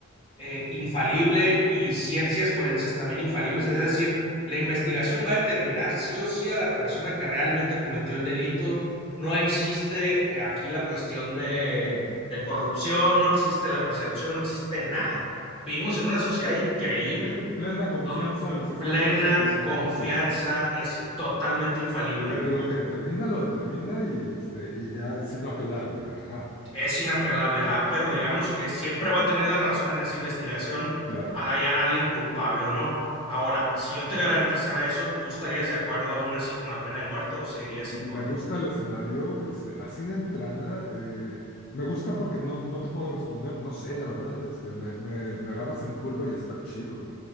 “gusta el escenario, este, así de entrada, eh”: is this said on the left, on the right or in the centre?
Left